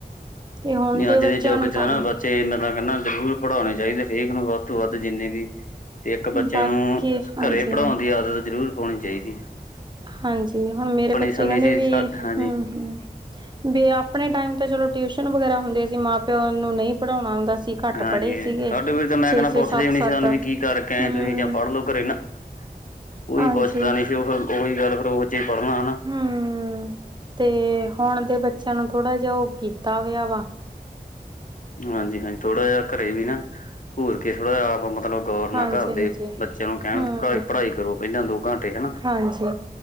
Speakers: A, on the right (about 25°); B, on the left (about 55°).
A: ਤੇ ਹੁਣ
B: ਨਹੀ ਅੱਜ
A: ਬੱਚਿਆਂ
B: ਦੇ ਜੂਗ
A: ਨੂੰ
B: ਚ
A: ਤਾਂ
B: ਨਾ ਬੱਚੇ ਮੈਂ ਤਾਂ ਕਹੰਨਾ ਜ਼ਰੂਰ ਪੜਉਣੇ ਚਾਹੀਦੇ ਹਰੇਕ ਨੂੰ ਵੱਧ ਤੋਂ ਵੱਧ ਜਿੰਨੇ ਵੀ ਇੱਕ ਬੱਚੇ
A: ਬਾਕੀ
B: ਨੂੰ
A: ਹਾਂਜੀ
B: ਘਰੇ ਪੜਉਣ ਦੀ ਆਦਤ ਜ਼ਰੂਰ ਪਉਣੀ ਚਾਹੀਦੀ। ਐ।
A: ਹਾਂਜੀ। ਹੁਣ ਮੇਰੇ ਬੱਚੇ
B: ਸਮੇਂ
A: ਕਹਿੰਦੇ
B: ਸੀ
A: ਵੀ ਹਮ
B: ਹਾਂਜੀ
A: -ਹਮ ਵਬੀ ਆਪਣੇ ਟਾਈਮ ਤੇ ਚਲੋ ਟਿਊਸ਼ਨ ਵਗੈਰਾ ਹੁੰਦੇ ਸੀ ਮਾਂ ਪਿਓ ਨੂੰ ਨਹੀਂ ਪੜ੍ਹਾਉਣਾ ਆਉਂਦਾ ਸੀ ਘੱਟ
B: ਹਾਂਜੀ।
A: ਪੜ੍ਹੇ ਸੀਗੇ
B: ਸਾਡੇ ਵੀਰ ਤਾਂ ਮੈਂ
A: ਛੇ
B: ਕਹਣਾ
A: ਛੇ
B: ਪੁੱਛਦੇ
A: ਸੱਤ
B: ਵੀ
A: ਸੱਤ
B: ਨਹੀ ਸੀ ਸਾਨੂੰ ਵੀ ਕੀ ਕਰਕੇ ਆਯੈਂ
A: ਹਮ
B: ਤੁਸੀਂ ਜਾਂ ਪੜ ਲਓ ਘਰੇ ਨਾ <inaudible> ਕੋਈ
A: ਹਾਂਜੀ
B: ਪੁੱਛਦਾ ਨਹੀਂ ਸੀ ਉਹ ਫਿਰ ਉਹੀ ਗੜਬੜ ਉਹ ਫਿਰ ਉਹ ਜੇ ਪੜਨਾ ਹੈ ਨਾ
A: ਹੂੰ ਤੇ ਹੁਣ ਦੇ ਬੱਚਿਆਂ ਨੂੰ ਥੋੜਾ ਜਿਹਾ ਉਹ ਕੀਤਾ ਹੋਇਆ ਵਾ
B: ਹਾਂਜੀ ਹਾਂਜੀ ਥੋੜਾ ਜਿਹਾ ਘਰੇ ਵੀ ਨਾ ਘੁਰ ਕੇ ਥੋੜਾ ਜਹਾ ਆਪ ਮਤਲਬ ਗੌਰ
A: ਹਾਂਜੀ
B: ਨਾਲ ਘਰ ਦੇ
A: ਹਾਂਜੀ
B: ਬੱਚਿਆਂ ਨੂੰ ਕਹਿਣ
A: ਹਮ
B: ਪੜਾਈ ਪੜ੍ਹਾਈ ਕਰੋ ਪਹਿਲਾਂ ਦੋ ਘੰਟੇ ਹਨਾ
A: ਹਾਂਜੀ